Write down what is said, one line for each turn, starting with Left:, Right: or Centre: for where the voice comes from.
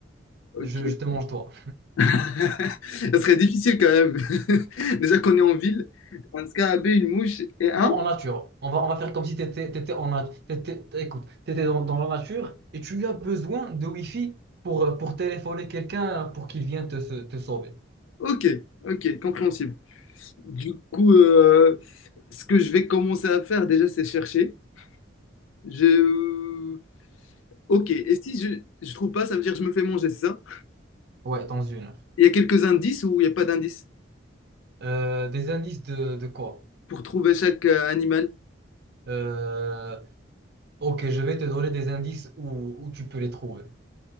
Left: ok.
Right: je, je te mange toi.
Left: <laughs> Ça serait difficile quand même. <laughs> Déjà qu'on est en ville, un scarabée, une mouche et un.
Right: Non, en nature. On va, on va faire comme si tu étais, en nat- t'étais- écoute, t'étais dans, dans la nature et tu as besoin de Wi-Fi pour, pour téléphoner quelqu'un pour qu'il vienne te, te sauver.
Left: Ok, ok, compréhensible. Du coup, euh, ce que je vais commencer à faire déjà, c'est chercher. Je... Ok, et si je je trouve pas, ça veut dire que je me fais manger, c'est ça?
Right: Ouais, dans une heure.
Left: Il y a quelques indices ou il n'y a pas d'indices
Right: Euh, des indices de, de quoi?
Left: pour trouver chaque euh, animal?
Right: Euh, ok, je vais te donner des indices où, où tu peux les trouver.